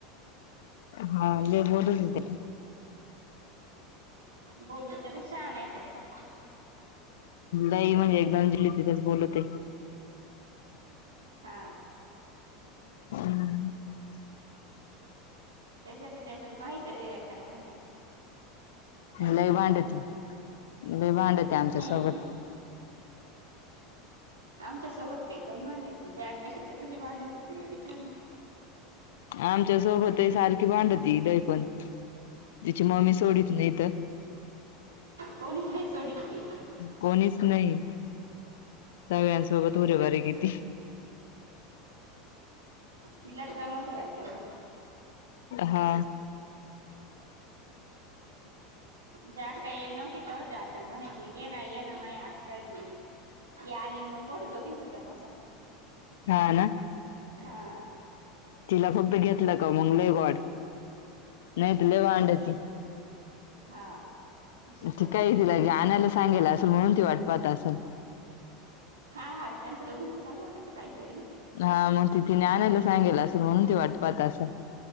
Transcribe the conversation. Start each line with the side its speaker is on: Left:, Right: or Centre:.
Left: हा ले मोठा दिसतय.
Right: बोलून तेला छान आहे तस.
Left: नाही म्हणजे एकदमजली तिथेच बोलत.
Right: हा.
Left: <unintelligible>
Right: त्याच्यातले त्याच्यात माहती आहे लकार भांडायला एक
Left: लै
Right: नंबर
Left: भांडती लै भांड होते आमच्या
Right: हम्म
Left: सोबत
Right: आमच्या सोबत काय कमी मांडायची ज्या कशी तर कशी मांडायची तिला विचार ना.
Left: आमच्या सोबतही सारखी भांडती दय पण तिची मम्मी सोडीत नाही तर
Right: कोणीच नाही सोडीची
Left: कोणीच नाही सगळ्यांसोबत उरे बरे किती?
Right: तिला जमच आहे व्हाय तेवढं.
Left: हा.
Right: जाक येल नव्हती तर जाकल म्हनची ये ना ये ना मा आगताय त यालिन मंगकोट दोघीसत मत
Left: हा ना.
Right: हा.
Left: तिला फक्त घेतलं का मग ले गड नाही तु लव अंडाची <inaudible>
Right: हा. अशी
Left: मग ती
Right: माई
Left: काय तिलाे आणायला सांगेला असेल म्हणून ती वाट पाहत असेल.
Right: हा हा त्यांचं दोघींच चालू होत काहीतरी
Left: हा मग ति ति आनायला सांगेल असेल म्हणून ती वाट पात असं.